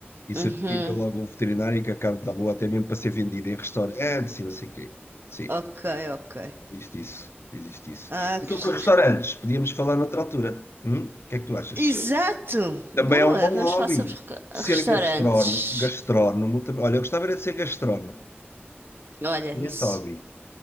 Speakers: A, on the left; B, on the right.
A: e certifica
B: Uhum.
A: logo o veterinário que a carne está boa, até mesmo para ser vendida em restaurantes e não sei o quê. Sim,
B: Ok, ok.
A: existe isso, existe isso.
B: Ah,
A: E sobre
B: que giro.
A: restaurantes, podíamos falar noutra altura. Hum? O que é que tu achas?
B: Exato! Boa!
A: Também é um bom
B: Vamos
A: hobby.
B: falar sobre reca-
A: Ser
B: restaurantes.
A: gastrónomo, gastrónomo também. Olha, eu gostava era de ser gastrónomo.
B: Olha,
A: Excelente
B: isso.
A: hobby.